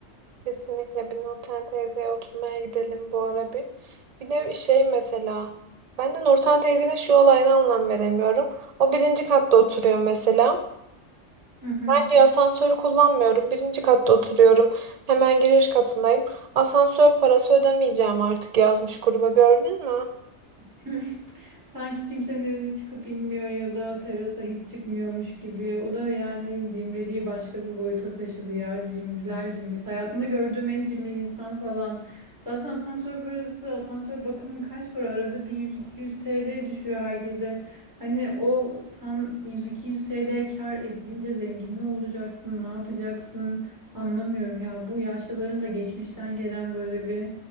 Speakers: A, on the right (about 80°); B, on the right (about 15°).
A: Kesinlikle bir Nurten teyzeye oturmaya gidelim bu ara bir. Bir de şey mesela ben de Nurten teyzenin şu olayına anlam veremiyorum. O birinci katta oturuyor mesela.
B: <laughs> Hı hı.
A: Ben diyor asansörü kullanmıyorum. Birinci katta oturuyorum. Hemen giriş katındayım. Asansör parası ödemeyeceğim artık yazmış gruba gördün mü?
B: <laughs> Sanki kimsenin evine çıkıp inmiyor ya da terasa hiç çıkmıyormuş gibi. O da yani cimriliği başka bir boyuta taşıdı ya. Cimriler cimrisi. Hayatımda gördüğüm en cimri insan falan. Zaten asansör parası, asansör bakımı kaç para? Arada bir 100-200 TL düşüyor herkese. Hani o sen 100-200 TL kar edince zengin mi olacaksın? Ne yapacaksın? Anlamıyorum ya. Bu yaşlıların da geçmişten gelen böyle bir